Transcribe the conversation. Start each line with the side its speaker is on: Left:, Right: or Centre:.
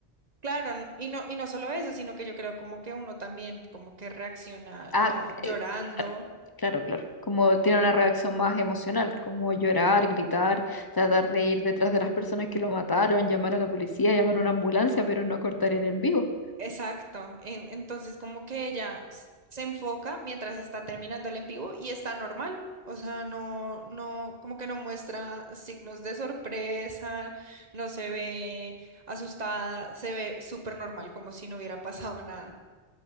Right: Claro, n- y no, y no solo eso, sino que yo creo como que uno también como que reacciona
Left: Ah,
Right: ah, llorando.
Left: eh, claro, claro, claro. Como tiene una reacción más emocional, como llorar, gritar, tratar de ir detrás de las personas que lo mataron, llamar a la policía, llamar a una ambulancia, pero no cortar el en vivo.
Right: Exacto. En- entonces, como que ella s- se enfoca mientras está terminando el en vivo y está normal. O sea, no, no, como que no muestra signos de sorpresa, no se ve asustada, se ve súper normal, como si no hubiera pasado nada.